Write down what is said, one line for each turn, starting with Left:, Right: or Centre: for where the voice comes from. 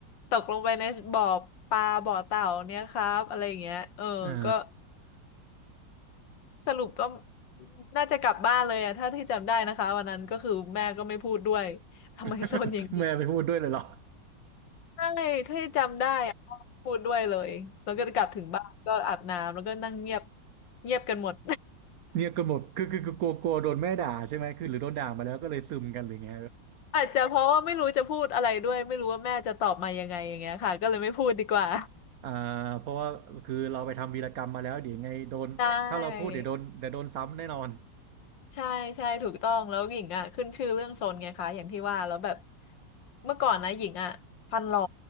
Left: ตกลงไปในบ่อปลาบ่อเต่าเนี่ยครับอะไรอย่างเงี้ยเออก็
Right: อ่า
Left: สรุปก็น่าจะกลับบ้านเลยอะถ้าที่จำได้นะคะวันนั้นก็คือแม่ก็ไม่พูดด้วยทำไมซนอย่างนี้
Right: <laughs> แม่ไปพูดด้วยเลยเหรอ
Left: ใช่ที่จำได้อะพูดด้วยเลยแล้วก็กลับถึงบ้านก็อาบน้ำแล้วก็นั่งเงียบเงียบกันหมด
Right: เนี่ยก็หมดคือคือคือกลัวกลัวโดนแม่ด่าใช่ไหมคือหรือโดนด่ามาแล้วก็เลยซึมกันหรือไง
Left: อาจจะเพราะว่าไม่รู้จะพูดอะไรด้วยไม่รู้ว่าแม่จะตอบมายังไงอย่างเงี้ยค่ะก็เลยไม่พูดดีกว่า
Right: <laughs> อ่าเพราะว่าคือเราไปทำวีรกรรมมาแล้วเดี๋ยวยังไงโดนถ้าเราพูดเดี๋ยวโดนเดี๋ยวโดนซ้ำแน่นอน
Left: ใช่ใช่ใช่ถูกต้องแล้วหญิงอ่ะขึ้นชื่อเรื่องโซนไงคะอย่างที่ว่าแล้วแบบเมื่อก่อนนะหญิงอ่ะฟันหลอ